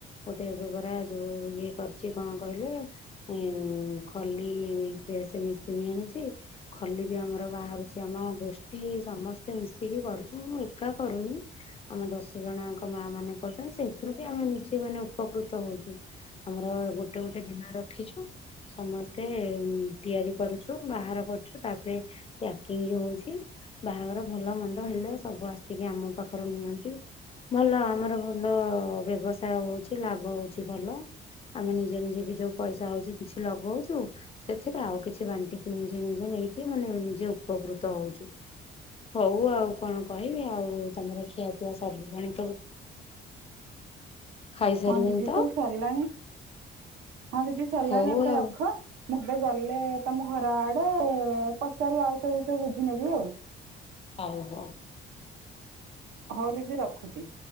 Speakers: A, on the left (about 30°); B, on the right (about 90°).
A: ଗୋଟେ ଏବେ ପରା ଯୋଉ ଇଏ କରିଛି କଣ କହିଲେ ଖଲି ପ୍ରେସ ମେସିନି ଆଣିଛି ଖଲି ବି ଆମର ବାହାରୁଛି। ଆମ ଗୋଷ୍ଠୀ ସମସ୍ତେ ମିଶିକି କରୁଛୁ ମୁଁ ଏକା କରୁନି ଆମ ଦଶ ଜଣଙ୍କ ମା ମାନେ କରୁଛନ୍ତି ସେଇଥିରୁ ବି ଆମେ ନିଜେ ମାନେ ଉପକୃତ ହଉଛୁ ଆମର ଗୋଟେ ଗୋଟେ ଦିନ ରଖିଛୁ ସମସ୍ତେ ତିଆରି କରୁଛୁ ବାହାର କରୁଛୁ ତାପରେୟା କି ହଉଛି ବାହାଘର ଭଲ ମନ୍ଦ ହେଲେ ସବୁ ଆସିକି ଆମ ପାଖରୁ ନିଅନ୍ତି ଭଲ ଆମର ଭଲ ବ୍ୟବସାୟ ହଉଛି ଲାଭ ହଉଛି ଭଲ ଆମେ ନିଜେ ନିଜେ ବି ଯୋଉ ପଇସା ହଉଛି କିଛି ଲଗଉଛୁ ସେଥିରେ ଆଉ କିଛି ବାଣ୍ଟିକି ନିଜେ ନିଜେ ନେଇକି ମାନେ ନିଜେ ଉପକୃତ ହଉଛି ହଉ ଆଉ କଣ କହିବି ଆଉ ତମର ଖିଆ ପିଆ ସରିଲ ପାଣି ତ ଖାଇସାରିବେଣି
B: ହଁ ଦିଦି
A: ତ?
B: ସବୁ ସରିଲାଣି। ହଁ ଦିଦି ସଲାନି
A: ହଉ
B: ଏବେ
A: ଆଉ
B: ରଖ। ମୁଁ ଏତେ ଗଲେ ତମ ଘର ଆଡେ ପଚାରିବି ଆଉ ସବ ବିଷୟ ବୁଝି ନେବି ଆଉ।
A: ହଉ ହଉ।
B: ହଉ ଦିଦି ରଖୁଛି।